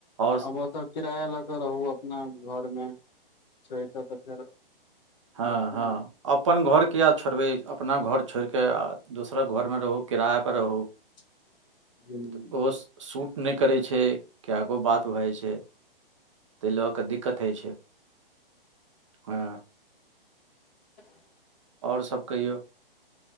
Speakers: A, on the right; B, on the left.
A: ओर,
B: आब ओतऽ किराया लऽ कऽ रहू अपना घर में छै तै तऽ फेर
A: हऽ
B: अथी
A: हऽ अपन घर किएक छोड़बै अपना घर छोड़ कऽ आ दोसर घर में राहु किराया पर रहू।
B: <unintelligible> हूँ
A: तऽ ओ सूट नै करै छै कै गो बात भऽ जाइ छै। तऽ लऽ कऽ दिक्कत होइ छै <inaudible> हऽ
B: <unintelligible>
A: और सब कहियौ।